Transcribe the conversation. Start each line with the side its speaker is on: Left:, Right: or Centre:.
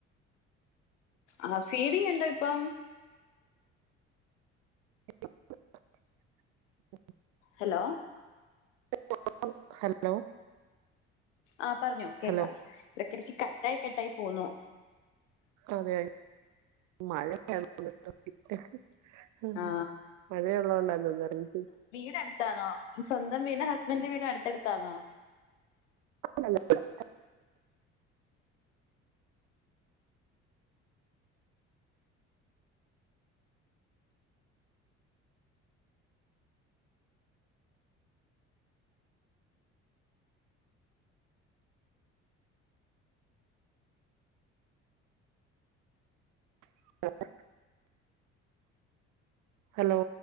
Left: ആഹ് ഫീഡെയ്യണ്ടേ ഇപ്പം
Right: <unintelligible>
Left: ഹലോ
Right: <unintelligible> ഹലോ
Left: ആഹ് പറഞ്ഞോ കേക്കാ
Right: ഹലോ
Left: എടക്കിടക്ക് കട്ടായി കട്ടായി പോവുന്നു
Right: അതെ, മഴയാണ്ന്ന് <unintelligible>
Left: ആ
Right: മഴയുള്ളത് കൊണ്ടാണോ റെയ്ഞ്ച്
Left: ന്റെ അടുത്താണോ സ്വന്തം വീട്‌ ഹസ്ബൻഡന്റെ വീട്‌ അടുത്തടുത്താണോ
Right: <unintelligible> <unintelligible> ഹലോ